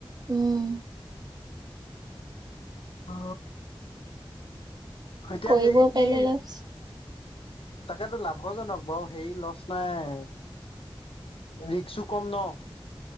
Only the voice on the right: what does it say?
উম।
কৰিব
পাৰিলে লাভ আছে।